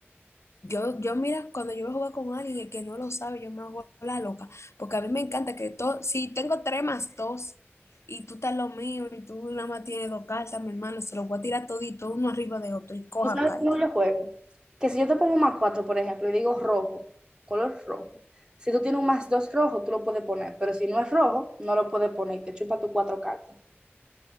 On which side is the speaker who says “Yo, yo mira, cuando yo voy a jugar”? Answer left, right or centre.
Left